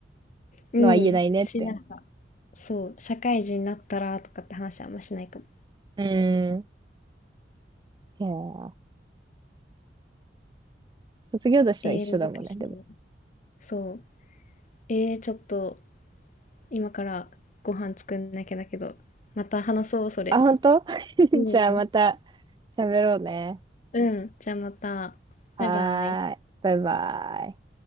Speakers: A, on the left; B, on the right.
A: うん。
B: のは言えないねって。
A: しながら、そう、社会人になったらとかって話はあんましないかも。
B: うーん。いやー卒業年は一緒だもんね、
A: えー、難しいね。
B: でも。
A: そう。えー、ちょっと、今からご飯作んなきゃだけど、また話そう、それ。
B: あ、本当 <laughs>
A: うん。
B: じゃあまた喋ろうね。
A: うん。じゃあまた。
B: はーい。
A: バイバイ。
B: バイバイ。